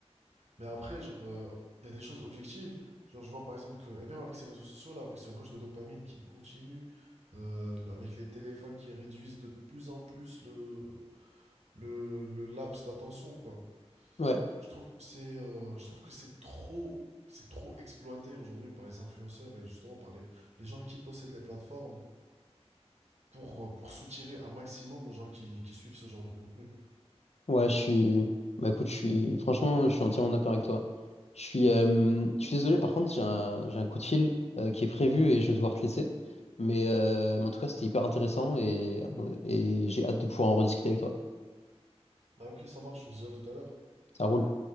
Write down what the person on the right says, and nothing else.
Mais après, genre, euh, il y a des choses objectives. Genre, je vois par exemple que, et même avec ces réseaux sociaux là, avec ce rush de dopamine qui est continu, euh, avec les téléphones qui réduisent de plus en plus le, le, le laps d'attention, quoi.
Je trouve que c'est euh, je trouve que c'est trop c'est trop exploité aujourd'hui par les influenceurs et justement par les, les gens qui possèdent les plateformes pour, euh, pour soutirer un maximum aux gens qui, qui suivent ce genre de contenu.
Ah ok, ça marche, on se dit à tout à l'heure.